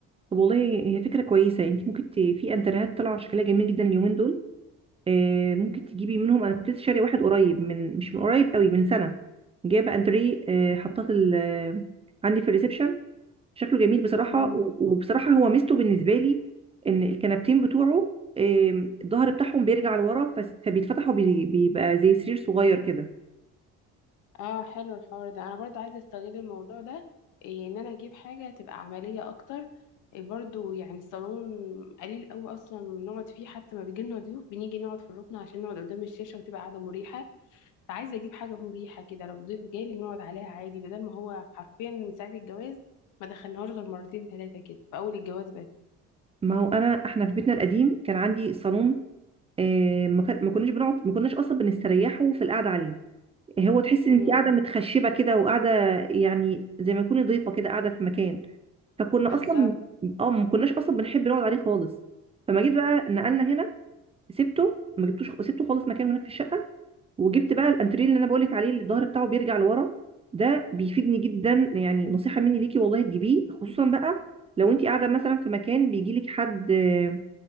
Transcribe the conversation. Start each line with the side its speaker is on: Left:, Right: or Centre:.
Right: طب والله هي فكره كويسه يعني انت ممكن ت... في انترهات طالعه شكلها جميل جدا اليومين دول آه ممكن تجيبي منهم انا كنت لسه شاريه واحد قريب من مش من قريب قوي من سنه جايبه انتريه آه حطاه في ال... عندي في الريسبشن شكله جميل بصراحة
Left: أوي
Right: و- وبصراحة هو ميزته بالنسبة لي إن الكنبتين بتوعه آم، الظهر بتاعهم بيرجع لورا فس- فبيتفتح وبيبقى زي سرير صغير كده
Left: اه حلو الحوار ده انا برضو عايزه استغل الموضوع ده إيه، ان انا اجيب حاجه تبقى عمليه اكتر إيه، برضو يعني الصالون قليل قوي اصلا نقعد فيه حتى ما بيجي لنا ضيوف بنيجي نقعد في الركن عشان نقعد قدام الشاشه وتبقى قاعده مريحه فعايزه اجيب حاجه مريحه كده لو ضيف جالي نقعد عليها عادي بدل ما هو حرفيا من ساعه الجواز ما دخلناهوش غير مرتين ثلاثه كده في اول الجواز بس
Right: ما هو أنا إحنا في بيتنا القديم كان عندي صالون آم، ما كان- ما كناش بنقعد ما كناش أصلا بنستريحه في القعدة عليه هو تحس
Left: امم
Right: إن أنت قاعدة متخشبة كده وقاعدة يعني زي ما تكوني ضيفة كده قاعدة في مكان فكنا
Left: بالظبط
Right: أصلا اه ما كناش أصلا بنحب نقعد عليه خالص فما جيت بقى نقلنا هنا سبته ما جبتوش سبته خالص مكان هناك في الشقة وجبت بقى الانتريه اللي انا بقولك عليه اللي الظهر بتاعه بيرجع لورا ده بيفيدني جدا يعني نصيحه مني ليكي والله تجيبيه خصوصا بقى لو انت قاعده مثلا في مكان بيجيلك حد آه،